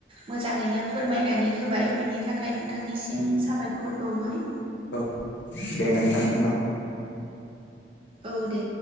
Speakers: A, on the right; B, on the left.
A: मोजाङैनो फोरमायनानै होबाय बिनि थाखाय नोंथांनिसिम साबायखर बावबाय।
B: औ। दे नोंथां होमबा।
A: औ दे।